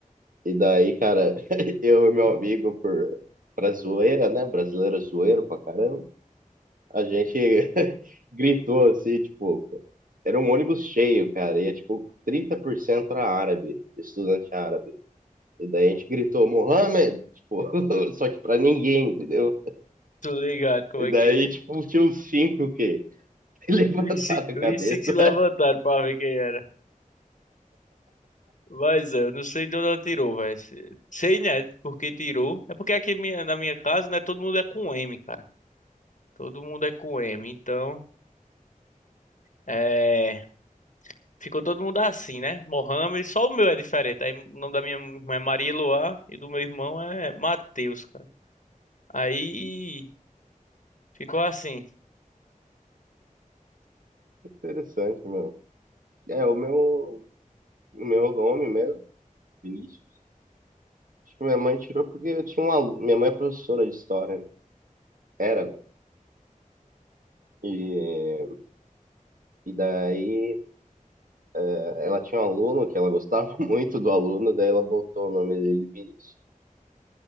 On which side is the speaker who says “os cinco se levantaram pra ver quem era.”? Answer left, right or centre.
Left